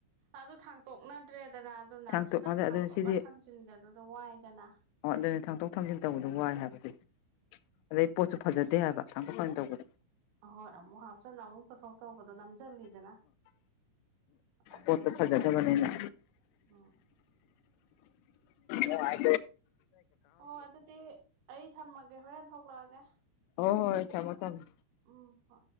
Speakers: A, on the right (about 80°); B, on the left (about 85°).
A: ꯑꯗꯨ ꯊꯥꯡꯇꯣꯛꯅꯗ꯭ꯔꯦ ꯗꯅ ꯑꯗꯨꯅ
B: ꯊꯥꯡꯇꯣꯛ
A: ꯅꯪ
B: ꯑꯗꯨꯅ
A: ꯊꯥꯡꯇꯣꯛꯀ
B: ꯁꯤꯗꯤ
A: ꯊꯥꯡꯖꯤꯟꯒꯗꯨꯗ ꯋꯥꯏꯗꯅ
B: ꯑꯣ ꯑꯗꯨꯅꯤ ꯊꯥꯡꯇꯣꯛ ꯊꯥꯡꯖꯤꯟ ꯇꯧꯕꯗꯣ ꯋꯥꯏ ꯍꯥꯏꯕꯗꯤ ꯑꯗꯩ ꯄꯣꯠꯁꯨ ꯐꯖꯗꯦ ꯍꯥꯏꯕ ꯊꯥꯡꯇꯣꯛ ꯊꯥꯡꯖꯤꯟ ꯇꯧꯕꯗ
A: ꯍꯣꯏꯃꯨ ꯍꯥꯞꯆ ꯅ ꯑꯃꯨ ꯐꯊꯧ ꯇꯧ ꯣ ꯅꯝꯖꯗꯅ ꯑꯗꯨꯅ
B: ꯄꯣꯠꯇꯣ ꯐꯖꯗꯕꯅꯤꯅ
A: ꯎꯝ
B: ꯑꯣ ꯍꯥꯏ
A: ꯍꯣ ꯑꯗꯨꯗꯤ ꯑꯩ ꯊꯝꯃꯒꯦ ꯍꯣꯔꯦꯟ ꯊꯣꯛꯂꯛꯑꯒꯦ
B: ꯍꯣꯏ ꯍꯣꯏ ꯊꯝꯃꯣ ꯊꯝꯃꯦ
A: ꯎ ꯍꯣ